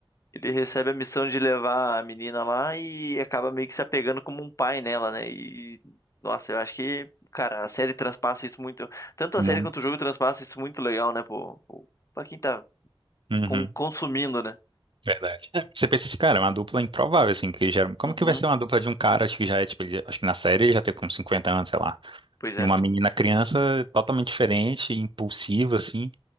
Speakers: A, on the left; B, on the right.
A: ele recebe a missão de levar a menina lá e acaba meio que se apegando como um pai nela, né? E, nossa, eu acho que, cara, a série transpassa isso muito. Tanto
B: Muito.
A: a série quanto o jogo transpassa isso muito legal, né, pô, pô, pra quem tá
B: Uhum.
A: com- consumindo, né?
B: Verdade. É, Você pensa assim, cara, é uma dupla improvável, assim, que gera. Como
A: Uhum,
B: que vai ser uma dupla de um cara, acho que já é, tipo, ele- acho que na série ele já tem uns 50 anos, sei lá.
A: pois
B: E
A: é.
B: uma menina criança totalmente diferente, impulsiva, assim.